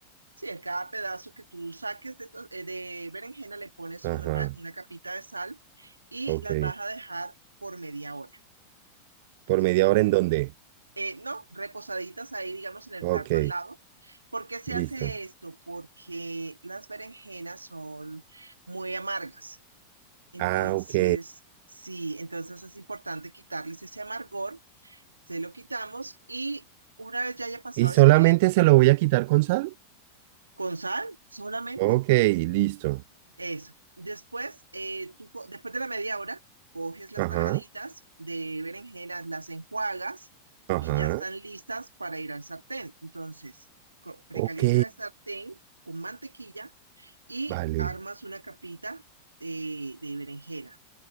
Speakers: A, on the right; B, on the right.
A: sí, a cada pedazo que tú saques de, to- eh, de berenjena le pones
B: Ajá.
A: una, ba- una capita de sal y
B: Ok.
A: las vas a dejar por media hora.
B: ¿Por media
A: por,
B: hora en dónde?
A: eh, ¿no? Reposaditas ahí, digamos, en el
B: Ok.
A: plato al lado. ¿Por qué se
B: Listo.
A: hace esto? Porque las berenjenas son muy amargas. Entonces,
B: Ah, ok.
A: sí, entonces es importante quitarles ese amargor, se lo quitamos y una vez ya haya pasado
B: ¿Y solamente
A: esa media horita,
B: se lo voy a quitar con sal?
A: con sal solamente.
B: Ok, listo.
A: Eso. Después, eh, tú, co- después de la media hora, coges las
B: Ajá.
A: tajaditas de berenjenas, las enjuagas
B: Ajá.
A: y ya están listas para ir al sartén. Entonces, co- precalientas
B: Ok,
A: el sartén con mantequilla y
B: vale.
A: armas una capita eh, de berenjena.